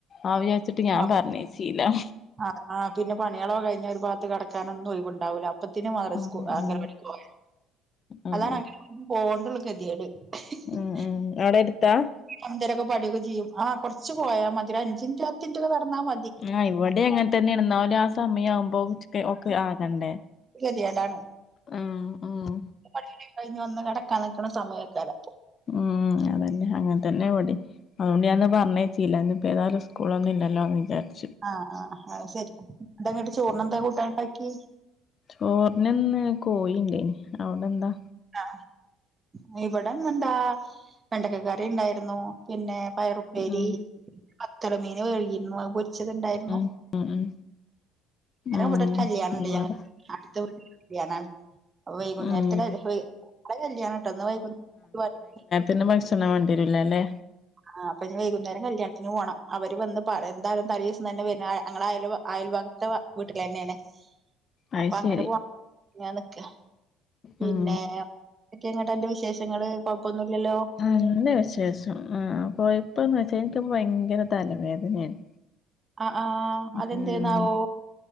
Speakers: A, on the left; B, on the right.
A: അഹ് വിചാരിച്ചിട്ട് ഞാൻ
B: അതന്നെ
A: പർഞ്ഞയച്ചീല
B: ആഹ് ആഹ് പിന്നെ പണികളോ കഴിഞ്ഞാ ഒരു പാത്ത് കിടക്കാനൊന്നും ഒഴിവുണ്ടാവില്ല പ്പത്തിന് മദ്രസ്
A: ഉം ഉം
B: അങ്കണവാടി പോയാ
A: ഉം
B: അതാണ് അംങ്കണവാടി പോകണ്ടുള്ളത് ഗതിയേട് <unintelligible>
A: ഉം ഉം അവിടെ എടുത്താ
B: എന്തേലുവൊക്കെ പഠിക്കുവേം ചെയ്യും ആഹ് കൊറച്ച്പോയാ മതി ഒരു അഞ്ച് മിനിറ്റ് പ ത്ത് മിനിറ്റൊക്കെ നടന്നാമതി
A: ആഹ് ഇവിടെം അങ്ങനെ തന്നെയാണ് എന്നാലും ആ സമയം ആവുമ്പോ ഒക്കെ ആകണ്ടേ
B: ഗതിയേടാണ്
A: ഉം ഉം
B: പണി കഴിഞ്ഞൊന്ന് കിടക്കാൻ നിക്കണ സമ്മയിക്കേല്ല
A: ഉം അതന്നെ അങ്ങനെ തന്നെയാ ഇവിടെ അതുകൊണ്ട് ഞാനിന്ന് പറഞ്ഞേയച്ചീല്ല ഇന്നാ ഇപ്പോ ഏതായാലും സ്കൂളൊന്നുവില്ലല്ലോ എന്ന് വിചാരിച്ച്
B: ആഹ് ആഹ് അത് ശെരി അങ്ങട്ട് ചോറിന് എന്താ കൂട്ടാൻ ഉണ്ടാക്കി
A: ചോറിനിന്ന് കോയിയുണ്ടായിന് അവിടെ എന്താ?
B: ആഹ് ഇവിടിന്ന് എന്താ വെണ്ടക്കക്കറിയുണ്ടായിരുന്നു പിന്നെ പയറുപ്പേരി
A: ഉം
B: പത്തല മീൻ വഴുകിയിരുന്നു അത് പൊരിച്ചതുണ്ടായി
A: ഉം ഉം ഉം
B: ഇന്ന്
A: ഉം
B: ഇവിടൊരു കല്യാണുണ്ട്
A: ഇവിടെ
B: ഞങ്ങ അടുത്ത വീട്ടിലെ കല്യാണാണ് അപ്പം വൈകുന്നേരത്തിന്
A: ഉം
B: ഇവിടെ കല്യാണട്ടോ ഇന്ന് വൈകു <unintelligible>
A: ഇന്ന് ഭക്ഷണം വേണ്ടിവരൂല അല്ലേ
B: ആഹ് അപ്പം ഇന്ന് വൈകുന്നേരം കല്യാണത്തിന് പോണം അവര് വന്ന് പറ എന്തായാലും തലേ ദിവസം തന്നെ വരാൻ ഞങ്ങള് അയലുവ അയൽവ ത്ത വീട്ടില് തന്നെയാണ്
A: അത്
B: അപ്പൊ അങ്ങട്
A: ശരി
B: പോവാ ഞാൻ നിക്കുവാ പിന്നെ
A: ഉം
B: ക്കെ ഇങ്ങോട്ടെന്റ് വിശേഷങ്ങള് കൊഴപ്പൊന്നു ഇല്ലല്ലോ
A: നല്ല വിശേഷം ആഹ് കൊഴപ്പോന്ന് വെച്ചാ എനിക്ക് ഇപ്പം ഭയങ്കര തലവേദനയാണ്
B: ആഹ് ആഹ് അതെന്തേന്നാവോ
A: ഉം